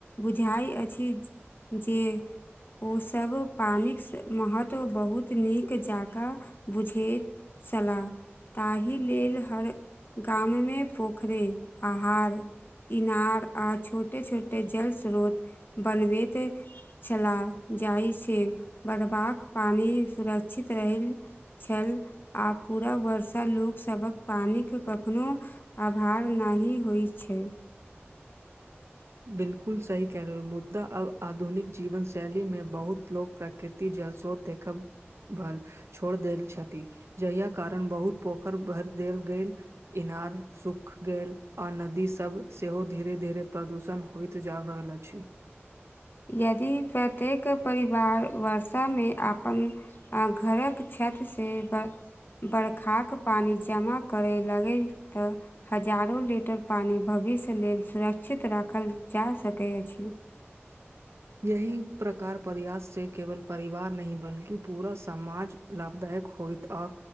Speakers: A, on the left (about 50°); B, on the right (about 75°).
A: बुझइ अछि जे ओसभ पानिक महत्व बहुत नीक जाके बुझैत चलाक ताहि लेल हर गाममे पोखरे आहार इनार आ छोटे छोटे जल स्रोत बनबैते छला जाइ छै बढ़बाक पानी सुरक्षित रहै छल आ पूरा वर्षा लोकसभक पानिके कखनो आभार नहि होइ छै
B: बिलकुल सी कह रहें मुद्दा अब आधुनिक जीवन शैली मे बहुत लोक प्रकट कते जल स्रोत देखब छोड़ देल छथि जहिया कारण बहुत पोखर भर देल गेल इनार सूख गेल आ नदी सब सेहो धीरे धीरे प्रदूषण होइत जा रहल अछि
A: यदि प्रत्येक परिवार वर्षा मे आ अपन घरक छत से बरखाक पानी जमा करै लागै तऽ हजारो लीटर पानी भविष्य लेल सुरक्षित राखल जा सकै अछि
B: यहि प्रकार प्रयास छै केवल परिवार नहि बल्कि पूरा समाज लाभदायक होयत आ